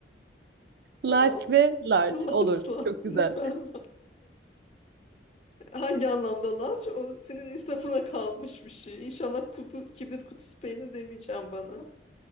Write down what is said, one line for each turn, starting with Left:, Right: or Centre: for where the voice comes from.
Left: Tamam.
Right: Light ve large
Left: <laughs> Large,
Right: olur.
Left: large
Right: Çok güzel.
Left: lütfen. large Hangi anlamda large? O senin insafına kalmış bir şey. İnşallah kubu, kibrit kutusu peynir demeyeceğim bana.